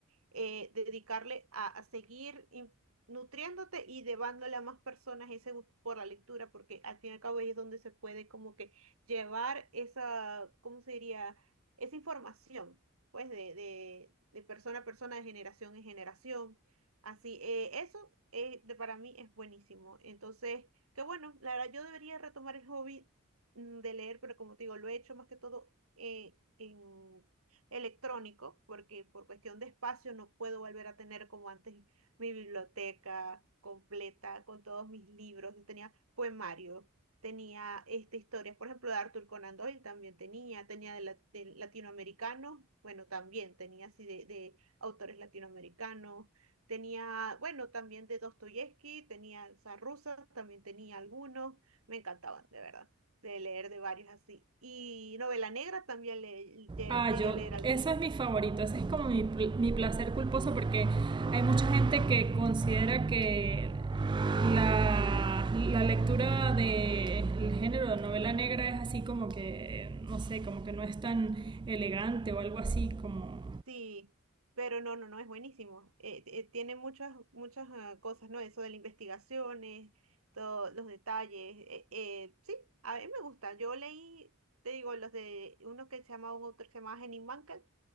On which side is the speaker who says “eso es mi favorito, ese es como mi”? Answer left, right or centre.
Right